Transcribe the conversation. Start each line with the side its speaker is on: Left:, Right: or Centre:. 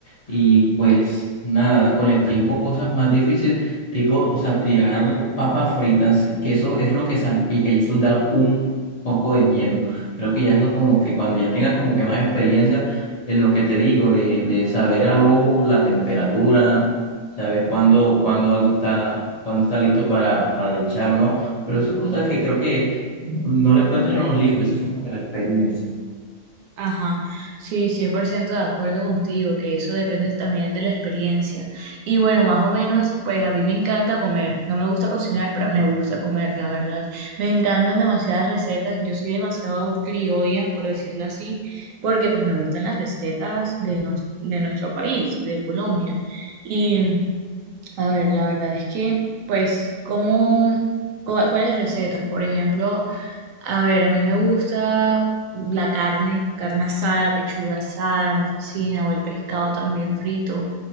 Left: y pues nada, con el tiempo cosas más difíciles, tipo, o sea, tirar papas fritas, que eso es lo que salpica y eso da un poco de miedo. Creo que ya eso como que cuando ya tengas como que más experiencia en lo que te digo, de, de saber al ojo la temperatura, saber cuándo, cuándo algo está, cuándo está listo para, para echar o no, pero eso es cosas que creo que no la encuentras en un libro, eso es como que la experiencia.
Right: Ajá, sí, 100% de acuerdo contigo, que eso depende también de la experiencia. Y bueno, más o menos, pues a mí me encanta comer. No me gusta cocinar, pero me gusta comer, la verdad. Me encantan demasiadas recetas. Yo soy demasiado criolla, por decirlo así, porque pues me gustan las recetas de, nos- de nuestro país, de Colombia. Y a ver, la verdad es que, pues, ¿cómo, cu- cuáles recetas? Por ejemplo... A ver, a mí me gusta la carne, carne asada, pechuga asada, me fascina, o el pescado también frito,